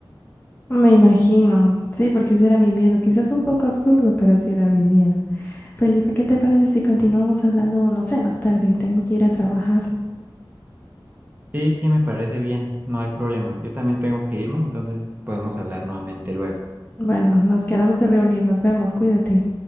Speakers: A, on the left; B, on the right.
A: Me imagino, sí, porque ese era mi miedo. Quizás un poco absurdo, pero sí era mi miedo. Felipe, ¿qué te parece si continuamos hablando, no sé, más tarde? Tengo que ir a trabajar.
B: Sí, sí, me parece bien, no hay problema. Yo también tengo que irme, entonces podemos hablar nuevamente luego.
A: Bueno, nos quedamos de reunir, nos vemos, cuídate.